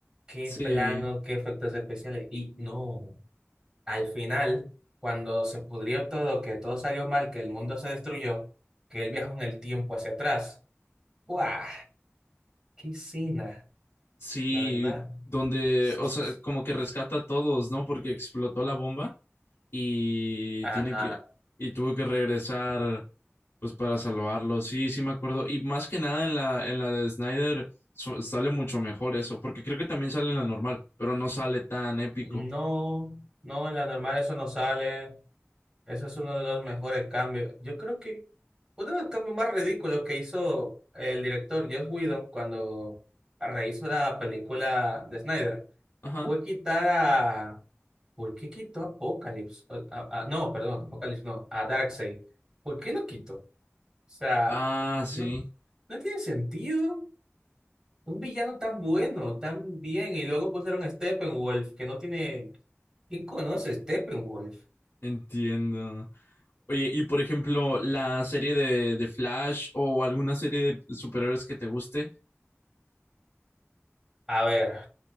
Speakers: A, on the right; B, on the left.
A: qué
B: Sí,
A: plano, qué efectos especiales y no. Al final, cuando se pudrió todo, que todo salió mal, que el mundo se destruyó, que él viajó en el tiempo hacia atrás. ¡Guau! ¡Qué cena!
B: sí,
A: La verdad.
B: donde,
A: Sí,
B: o
A: sí,
B: sea,
A: sí.
B: como que rescata a todos, ¿no? Porque explotó la bomba. y
A: Ajá.
B: tiene que y tuvo que regresar pues para salvarlo. Sí, sí me acuerdo y más que nada en la en la de Snyder so- sale mucho mejor eso, porque creo que también sale en la normal, pero no sale tan épico.
A: No, no, en la normal eso no sale. Ese es uno de los mejores cambios. Yo creo que uno de los cambios más ridículos que hizo el director Joss Whedon cuando rehizo la película de Snyder
B: Ajá.
A: fue quitar a... ¿Por qué quitó a Apocalypse? O- a- a- no, perdón, Apocalypse no, a Darkseid. ¿Por qué lo quitó? O sea,
B: Ah, sí,
A: no, no tiene sentido un villano tan bueno, tan bien, y luego pusieron a Steppenwolf, que no tiene... ¿Quién conoce a Steppenwolf?
B: entiendo. Oye, y por ejemplo, la serie de, de Flash o alguna serie de superhéroes que te guste.
A: A ver.